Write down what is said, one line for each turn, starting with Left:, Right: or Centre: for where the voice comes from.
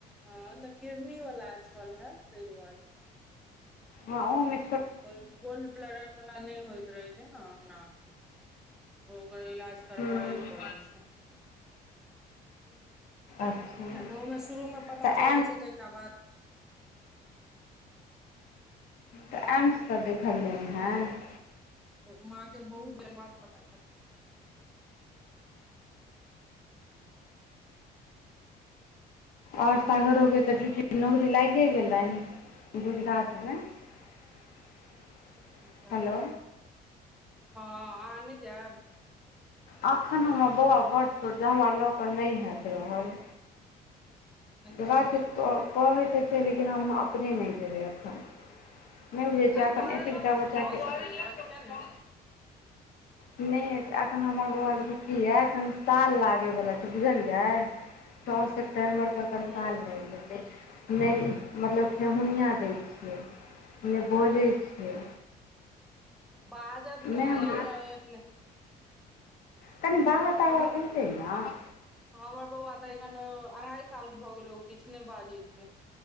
Centre: ह तऽ किरनी वला छल हेत ताहि दुवारै
Left: हँ ओमै
Centre: हँ गोल्ड ब्लडर वाला नहि होइत रहै छै ऐना ओना ओकर इलाज भेलै
Left: हूँ
Centre: करबाइल पड़े छै <unintelligible>
Left: अच्छा
Centre: मे शुरू मे पता
Left: तऽ
Centre: चलै छैय त एकरा बाद
Left: ऽ एमस तऽ देखलिए हन
Centre: तऽ माँ के बहुत देर बाद पता छल <inaudible>
Left: ओर सागर के तऽ दिउटी नौकरी लागे गेलनि गुजरात मे। <inaudible>
Centre: अच्छा
Left: हेलो
Centre: हँ हँ आहा नहि जायब?
Left: अखन हमर बौआ बड्ड छोट छै हमरा लऽ कऽ नै हेत रहल
Centre: अच्छा
Left: आहे छै क कहै तऽ छै लेकिन हम अपने नहि जेबै एखन नहि बुझै छियै
Centre: आ
Left: एखन
Centre: घरे
Left: एतेक
Centre: ल
Left: गोटा
Centre: के
Left: बच्चाके
Centre: भ सकय यै किया नै
Left: नहि एखन हमर बौआ के जुट्टी यए एखन साल लागैवला छैय बुझलियै। छओ सेप्टेम्बरके अकर
Centre: ह
Left: साल लगि जेतै नहि मतलब खठिहुनआ दै छै नै नहि बजै छै
Centre: बाजत केना
Left: नहि हम
Centre: यें <unintelligible>
Left: तनी बाबा ताबा
Centre: हमर
Left: कहिते न
Centre: हमर बौआ तऽ एखन अरहाई साल क भऽ गेलै ओ किछु नै बाजै छै